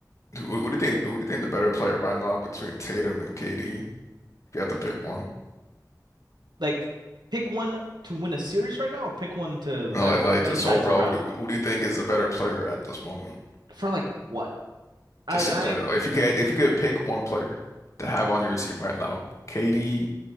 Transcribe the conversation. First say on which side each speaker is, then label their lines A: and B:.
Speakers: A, on the left; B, on the right.
A: who who do you think who do you think the better player by now between Tatum and KD? If you had to pick one.
B: Like, pick one to win a series right now, or pick one to have
A: And like,
B: my
A: like
B: franchise
A: just overall,
B: around
A: who do, who do you think is the better player at this moment?
B: for like what? I,
A: Just
B: I,
A: in general, if you could, if you could pick one player to have on your team right now, KD